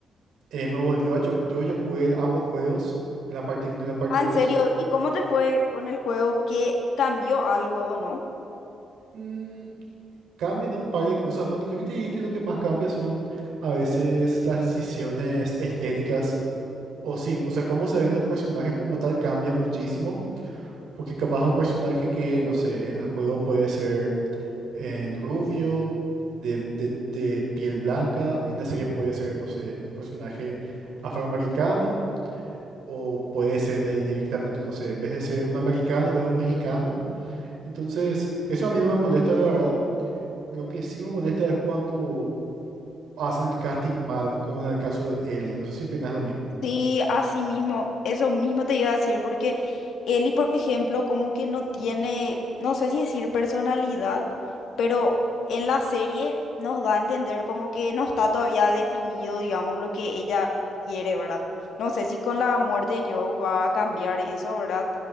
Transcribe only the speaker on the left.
Ah,
en serio, ¿y cómo te fue con el juego? ¿Qué cambió algo o no?
Sí, así mismo, eso mismo te iba a decir, porque Eli, por ejemplo, como que no tiene, no sé si decir personalidad, pero en la serie nos da a entender como que no está todavía definido, digamos, lo que ella quiere, ¿verdad? No sé si con la muerte de Joe va a cambiar eso, ¿verdad?